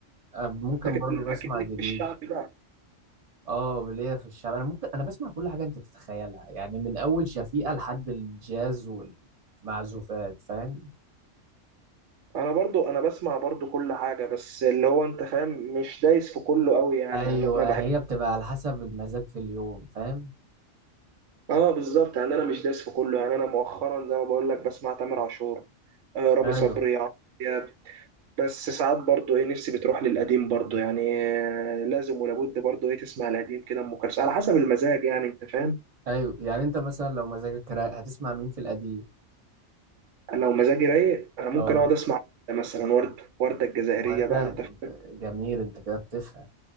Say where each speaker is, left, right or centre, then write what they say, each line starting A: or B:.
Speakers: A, on the right (about 35°); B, on the right (about 70°).
A: آه ممكن
B: انت كده
A: برضو بسمع
B: اكيد ليك
A: جديد
B: في الشعب بقى
A: اه ليا في الشعب انا ممكن انا بسمع كل حاجه انت تتخيلها يعني من اول شفيقة لحد الجاز والمعزوفات فاهم
B: انا برضو انا بسمع برضو كل حاجة بس اللي هو انت فاهم مش دايس في كله قوي يعني
A: ايوه
B: يعني انا بحب
A: هي بتبقى على حسب المزاج في اليوم فاهم
B: اه بالظبط يعني انا مش دايس في كله يعني انا مؤخرا زي ما بقول لك بسمع تامر عاشور آه رامي
A: ايوه
B: صبري عمرو دياب بس ساعات برضو ايه نفسي بتروح للقديم برضو يعني آه لازم ولابد برضو ايه تسمع القديم كده ام كلثوم على حسب المزاج يعني انت فاهم
A: ايوه يعني انت مثلا لو مزاجك رايق هتسمع مين في القديم
B: لو مزاجي رايق انا ممكن
A: اه
B: اقعد اسمع مثلا وردة وردة الجزائرية
A: وردة
B: بقى انت
A: انت
B: فاهم،
A: جميل انت كده بتفهم